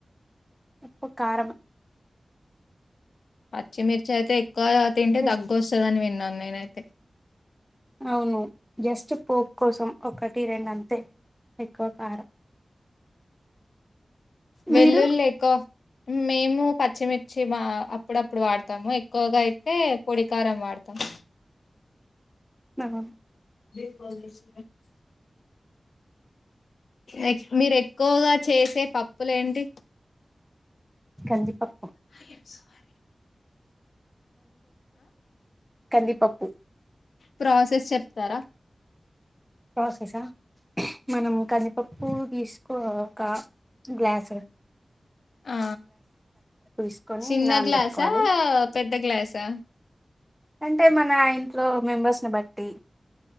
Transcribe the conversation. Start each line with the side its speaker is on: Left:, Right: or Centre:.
Centre: ఉప్పు కారమే
Left: పచ్చిమిర్చి అయితే ఎక్కువ తింటే
Centre: జస్ట్
Left: తగ్గ వస్తుందని విన్నాను నేనైతే
Centre: అవున జస్ట్ పోప్ కోసం ఒకటి రెండంతే ఎక్కువ కారం
Left: వెళ్ళుల్లి
Centre: మీరు
Left: ఎక్కువ మేము పచ్చిమిర్చి బ అప్పుడప్పుడు వాడతాము ఎక్కువగా అయితే పొడికారం వాడుతాము <inaudible>
Centre: ఆహా
Left: <inaudible> ఎక్ మీరు ఎక్కువగా చేసే పప్పులేంటి
Centre: కందిపప్పు
Left: హాలీమ్ సుహారి
Centre: కందిీపప్పు
Left: ప్రాసెస్ చెప్తారా
Centre: ప్రాసెసా మనం కందిపప్పు తీసుకో ఒక గ్లాసు
Left: ఆ
Centre: తీసుకొని
Left: చిన్న
Centre: నానబెట్టుకోవాలి
Left: గ్లాసా పెద్ద గ్లాసా
Centre: అంటే మన ఇంట్లో మెంబర్స్ని బట్టి